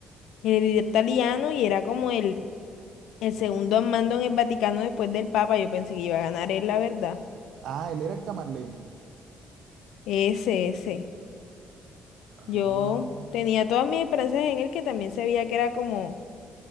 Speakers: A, on the left; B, on the right.
A: el italiano, y era como el, el segundo al mando en el Vaticano después del Papa. Yo pensé que iba a ganar él, la verdad.
B: Ah, él era camarlengo.
A: Ese, ese.
B: Ah,
A: Yo tenía todas mis esperanzas en él, que también se veía que era como,